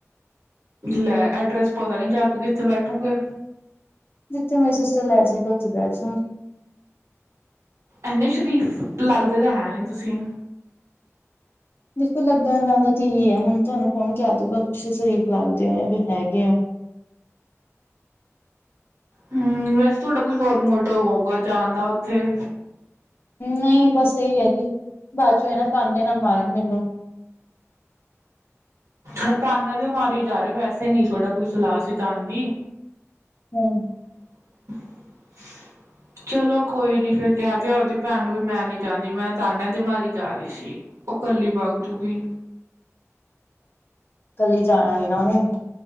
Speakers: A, on the right; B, on the left.
A: ਲੈ ਐਡਰੈਸ ਪਤਾ ਨੀ, ਜਾ ਕੇ ਕਿੱਥੇ ਬੈਠੋਂਗੇ?
B: ਜਿੱਥੇ ਮੇਰੀ ਸਿਸਟਰ ਲੈਜੇਗੀ ਉਥੀ ਬਹਿ ਜੂਗੀ।
A: ਇੰਨੇ ਸ਼ਰੀਫ ਲੱਗਦੇ ਤਾ ਹੈ ਨੀ ਤੁਸੀਂ।
B: ਦੇਖੋ ਲੱਗਣ ਵਾਲੀ ਚੀਜ਼ ਐ ਹੁਣ ਧੋਨੂੰ ਕੌਣ ਕੈਅ ਦੂਗਾ ਤੁਸੀ ਸਰੀਫ਼ ਲਗਦੇ ਓ ਜਾਂ ਵੀ ਹੈਗੇ ਓਂ।
A: ਹਮ ਵੈਸੇ ਤੁਅਡਾ ਕੋਈ ਹੋਰ ਮੋਟਵ ਹੋਊਗਾ ਜਾਣ ਦਾ ਉੱਥੇ?
B: ਨਈਂ ਬਸ ਐਈ ਕੀ ਬਾਅਚੋ ਐ ਨਾ ਤਾਨੇ ਨਾ ਮਾਰਨ ਮੈਨੂੰ।
A: ਹ ਤਾਨੇ ਦੇ ਮਾਰੇ ਜਾ ਰੇ ਵੈਸੇ ਨੀ ਸੋਡਾ ਕੋਈ ਸਲਾਅ ਸੀ ਜਾਣ ਦੀ।
B: ਹਮ।
A: ਅਹ ਹਅ। ਚਲੋ ਕੋਈ ਨੀ ਫਿਰ ਕੈਅ ਦਿਓ ਆਬਦੀ ਭੈਣ ਨੂੰ ਵੀ ਮੈਂ ਨੀਂ ਜਾਂਦੀ ਮੈਂ ਤਾਨਿਆ ਦੀ ਮਾਰੀ ਜਾ ਰੀ ਸੀ। ਓ ਕੱਲੀ ਬਗ ਜੂਗੀ।
B: ਕੱਲੀ ਜਾਣਾ ਨੀ ਨਾਂ ਉਨੇ